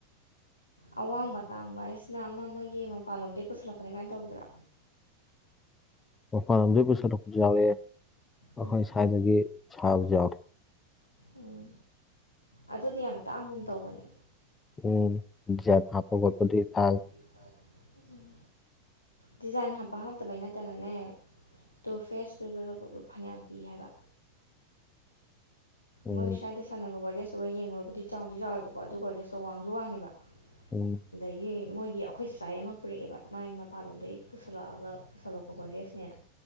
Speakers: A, on the left; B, on the left.
A: ꯑꯋꯥꯡꯕ ꯑꯇꯥꯡꯕ ꯍꯥꯏꯁꯤꯅ ꯑꯃ ꯃꯣꯏꯒꯤ ꯃꯄꯥꯟꯂꯣꯝꯗꯒꯤ ꯄꯨꯁꯜꯂꯛꯄꯅꯦ ꯀꯥꯏꯅ ꯇꯧꯕꯗꯨꯔꯣ
B: ꯃꯄꯥꯟ ꯂꯝꯗꯩ ꯄꯨꯁꯜꯂꯛꯄꯁꯨ ꯌꯥꯎꯏ ꯑꯩꯈꯣꯏ
A: ꯎꯝ
B: ꯁ꯭ꯋꯥꯏꯗꯒꯤ ꯁꯥꯕꯁꯨ ꯌꯥꯎꯋꯦ
A: ꯎꯝ ꯑꯗꯨꯗꯤ ꯌꯥꯝ ꯇꯥꯡꯒꯨꯝ ꯇꯧꯕꯅꯤ
B: ꯎꯝ ꯖꯤꯑꯥꯏꯞ ꯍꯥꯞꯄ ꯈꯣꯠꯄꯗꯤ ꯇꯥꯡꯏ
A: ꯗꯤꯖꯥꯏꯟ ꯎꯝ ꯗꯤꯖꯥꯏꯟ ꯍꯥꯞꯄ ꯍꯥꯞꯇꯕꯩ ꯅꯠꯇꯅꯅꯦ ꯇꯨ ꯐꯦꯁ ꯇꯨꯗꯨꯗꯕꯨꯛ ꯐꯅꯌꯥꯝ ꯄꯤ ꯍꯥꯏꯕ
B: ꯎꯝ
A: ꯃꯣꯏ ꯁ꯭ꯋꯥꯏꯗ ꯁꯥꯟꯅꯕ ꯒꯣꯔꯗ꯭ꯔꯦꯖꯇꯨꯒ ꯌꯦꯡꯉꯨꯔꯕꯨꯗꯤ ꯆꯥꯎꯗꯤ ꯆꯥꯎꯋꯦꯕꯀꯣ ꯑꯗꯨ ꯒꯣꯔꯗ꯭ꯔꯦꯖꯇꯣ ꯋꯥꯡꯁꯨ ꯋꯥꯡꯉꯦꯕ
B: ꯎꯝ
A: ꯑꯗꯒꯤ ꯃꯣꯏꯒꯤ ꯑꯩꯈꯣꯏ ꯆꯥꯆꯥꯏ ꯑꯃ ꯄꯨꯔꯛꯑꯦꯕ ꯃꯥꯏ ꯃꯄꯥꯟꯂꯣꯝꯗꯒꯤ ꯄꯨꯁꯜꯂꯛ ꯑꯒ ꯄꯨꯁꯜꯂꯛꯄ ꯒꯣꯔꯗꯦꯁꯅꯦꯅ